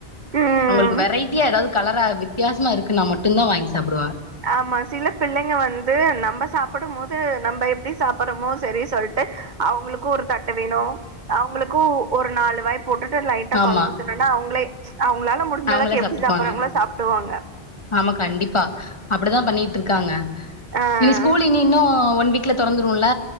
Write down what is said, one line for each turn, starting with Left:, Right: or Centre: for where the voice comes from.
Right: ம்
Left: அவங்கள்க்கு வெரைட்டியா ஏதாவ் கலரா வித்யாசமா இருக்குன்னா மட்டுன் தா வாய்ன் சாப்புடுவா
Right: ஆமா சில பிள்ளைங்க வந்து நம்ம சாப்புடும் போது நம்ப எப்டி சாப்பறமோ சரி சொல்ட்டு அவ்ங்ளுக்கு ஒரு தட்டு வேணு அவ்ங்ளுக்கூ ஒரு நாலு வாய் போட்டுட்டு லைட்டா
Left: ஆமா
Right: கொழம்பு ஊத்துனனா அவ்ங்ளே அவ்ங்ளால முடிஞ்ச
Left: அவங்களே
Right: அளக்
Left: சாப்ட்டுக்குவாங்க
Right: எப்டி சாப்புர்றாங்களோ சாப்டுவாங்க
Left: ஆமா கண்டிப்பா அப்படிதா பண்ணிட்ருக்காங்க
Right: ஆஹ்
Left: நினி ஸ்கூலி நின்னு ஒன் வீக் ட்ல தொறந்துருல்ல